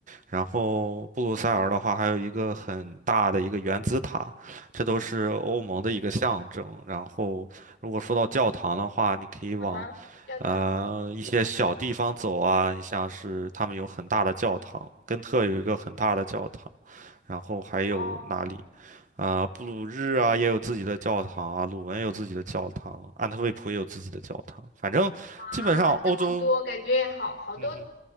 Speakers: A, on the right (about 45°); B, on the left (about 80°).
A: 然后布鲁塞尔的话，还有一个很大的一个原子塔，这都是欧盟的一个象征。然后，如果说到教堂的话，你可以往
B: 啊？啊哈，教堂。
A: 呃一些小地方走啊，你像是他们有很大的教堂，根特有一个很大的教堂，然后还有哪里？
B: 哦，
A: 呃，布鲁日啊也有自己的教堂啊，鲁文也有自己的教堂，安特卫普也有自己的教堂。反正基本上欧洲，
B: 啊，这么多，感觉好好多，
A: 嗯哼。